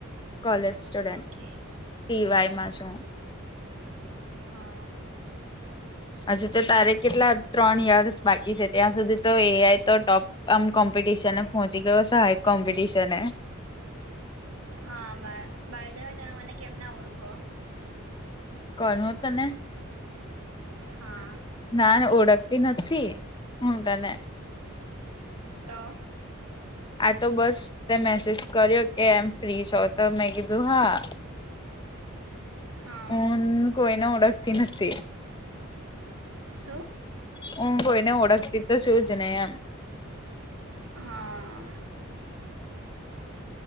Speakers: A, on the left (about 20°); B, on the right (about 80°).
A: college student
B: okay
A: P Y માં છું
B: હા
A: હજુ તો તારે કેટલા ત્રણ યર્સ બાકી છે ત્યાં સુધી તો એ આઈ તો ટોપ આમ કોમ્પિટિશન પહોંચી ગયો હાઈ એક કોમ્પિટિશન
B: હા બા બાય ધ વે તમે મને કેમ ના ઓળખો
A: કોન હો તને
B: હા
A: ના ના ઓળખતી નથી હું તને
B: તો
A: આ તો બસ તે મેસેજ કર્યો કે એમ ફ્રી છો તો મેં કીધું હા
B: <inaudible> હા
A: હું કોઈને ઓળખતી નથી
B: શું
A: હું કોઈ ને ઓળખતી છું જ નહી એમ
B: હા